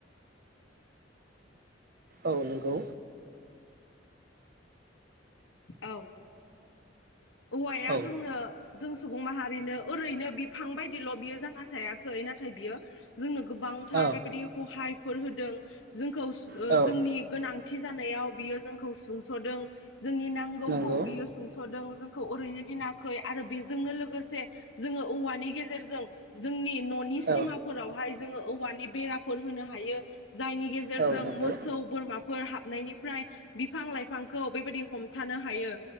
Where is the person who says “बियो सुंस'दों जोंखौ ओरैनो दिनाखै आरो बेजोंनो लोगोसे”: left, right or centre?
Left